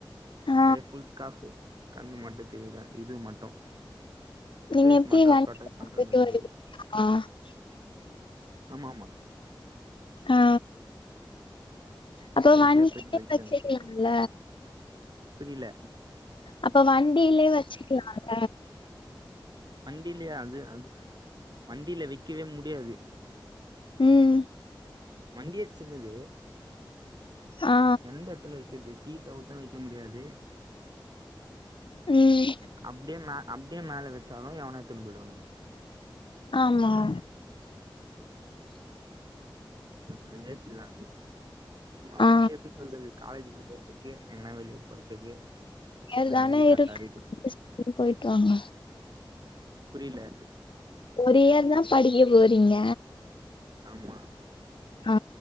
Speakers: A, on the left (about 75°); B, on the right (about 55°).
A: ஆ
B: அப்டியே ஃபுல் ஸ்காஃப் கண்ணு மட்டு தெரில அப்டியே இது மட்டு
A: நீங்க
B: பேஸ்
A: எப்படி
B: மட்டு
A: வண்டி
B: ப்ரொடெக்ட் பண்ற
A: போயிட்டு
B: மாரி இருந்தது
A: வருவீங்களா ஆ
B: ஆமா ஆமா
A: ஆ அப்ப
B: பைக்லயே
A: வண்டியிலே
B: போயிட்டு பைக்ல
A: வெச்சுக்கிலால
B: புரியல
A: அப்ப வண்டியிலே வெச்சுக்கிலால
B: வண்டிலேயா அது அது வண்டியில வெக்கவே முடியாது
A: ம்
B: வண்டியே சின்னது
A: ஆ
B: எந்த எத்துல வெக்கறது கீத்தவுத்து வெக்க முடியாது
A: ம்
B: அப்டியே மெ அப்டியே மேல வெச்சாலு எவனா எத்துனு பொய்டுவானுங்க
A: ஆமா ஆமா
B: அது வேஸ்ட் தா சும்மா வண்டி
A: ஆ
B: எடுத்து ப்ரெண்ட்ஸ் காலேஜ்க்கு போறதுக்கு எங்கனா வெளிய போறதுக்கு
A: எல்லாமே
B: அந்த மாரி
A: இருக்கு
B: கரெக்டா இருக்குது
A: <inaudible> பொய்ட்டு வாங்க
B: புரில
A: ஒரு இயர் தா படிக்க போறீங்க
B: ஆமா
A: ஆ